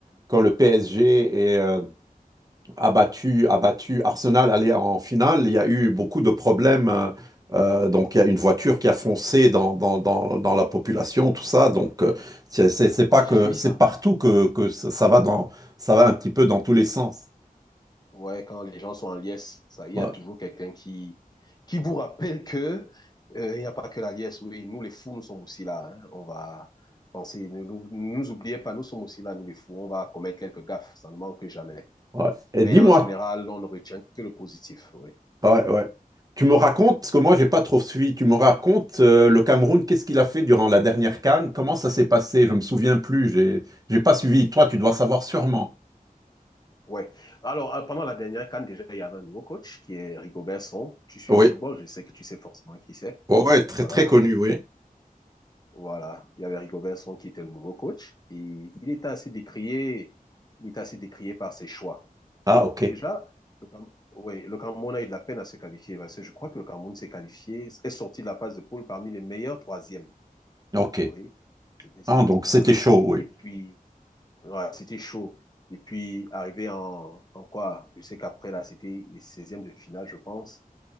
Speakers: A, on the right; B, on the left.
A: quand le PSG est euh, abattu, abattu, Arsenal allait en finale, il y a eu beaucoup de problèmes. euh, euh, donc, il y a une voiture qui a foncé dans, dans, dans- dans la population, tout ça. Donc, euh, c'est c'est- c'est pas
B: Ouais,
A: que,
B: j'ai suivi
A: c'est
B: ça.
A: partout que, que ça, ça va dans, ça va un petit peu dans tous les sens.
B: Ouais, quand les gens sont en liesse, ça, il
A: Ouais.
B: y a toujours quelqu'un qui, qui vous rappelle que euh, il n'y a pas que la liesse. Oui, nous les fous, nous sommes aussi là. hein. On va penser, ne nous, ne nous oubliez pas, nous sommes aussi là, nous les fous. On va commettre quelques gaffes, ça ne manque jamais.
A: Ouais. Et
B: Mais
A: dis-moi,
B: en général, on ne retient que le positif. Oui.
A: Ouais, ouais. Tu me racontes, parce que moi, j'ai pas trop suivi, tu me racontes euh, le Cameroun, qu'est-ce qu'il a fait durant la dernière CAN? Comment ça s'est passé? Je me souviens plus, j'ai j'ai pas suivi. Toi, tu dois savoir sûrement.
B: Ouais. Alors, euh, pendant la dernière CAN, déjà, il y avait un nouveau coach qui est Rigobert Song. Tu suis
A: Oui,
B: le football, je sais que tu sais forcément qui c'est.
A: ouais, ouais, très
B: Voilà.
A: très connu, oui.
B: Voilà, il y avait Rigo Vincent qui était le nouveau coach et il était assez décrié, il était assez décrié par ses choix.
A: Ah,
B: Donc
A: ok,
B: déjà, le, Cam- ouais, le Cameroun a eu de la peine à se qualifier parce que je crois que le Cameroun s'est qualifié, est sorti de la phase de poule parmi les meilleurs troisièmes.
A: ok.
B: Oui, c'était ça.
A: Ah, donc c'était
B: Uhum.
A: chaud, oui.
B: Et puis, ouais, c'était chaud. Et puis, arrivé en, en quoi? Je sais qu'après, là, c'était les seizièmes de finale, je pense.